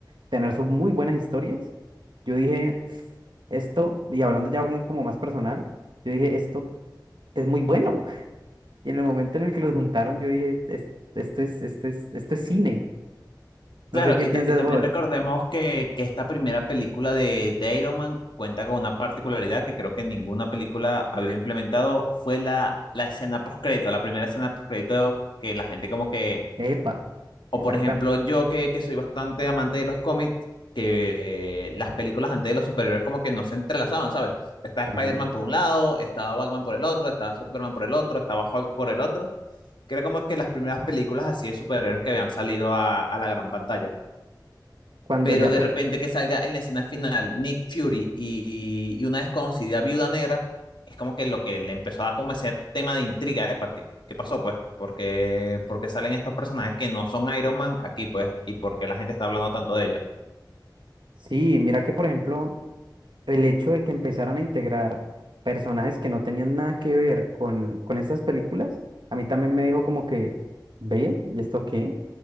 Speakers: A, on the right (about 80°); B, on the left (about 80°).
A: tener sus muy buenas historias. Yo dije, esto, y hablando ya como como más personal, yo dije, esto es muy bueno. <laughs> Y en el momento en el que los juntaron, yo dije, "Es- esto es, esto es, esto es cine. No
B: Claro,
A: sé qué
B: y,
A: piensas
B: ta- y también
A: vos.
B: recordemos que, que esta primera película de, de Iron Man cuenta con una particularidad que creo que ninguna película había implementado, fue la, la escena postcrédito, la primera escena postcrédito que la gente como que
A: Epa,
B: O
A: exactamente.
B: por ejemplo, yo que, que soy bastante amante de los cómics, que eh, las películas antes de los superhéroes como que no se entrelazaban, ¿sabes? Estaba Spider-Man
A: Ujú.
B: por un lado, estaba Batman por el otro, estaba Superman por el otro, estaba Hulk por el otro, que era como que las primeras películas así de superhéroes que habían salido a, a la gran pantalla
A: Cuando
B: pero
A: ya...
B: de
A: pe-
B: repente que salga en la escena final Nick Fury y, y una desconocida viuda negra, es como que lo que le empezó a dar como ese tema de intriga, ¿eh? ¿Qué, ¿Qué pasó, pues? Porque, porque salen estos personajes que no son Iron Man aquí, pues, y porque la gente está hablando tanto de ellos.
A: Sí, mira que por ejemplo, el hecho de que empezaran a integrar personajes que no tenían nada que ver con, con estas películas, a mí también me dijo como que, ve, ¿y esto qué?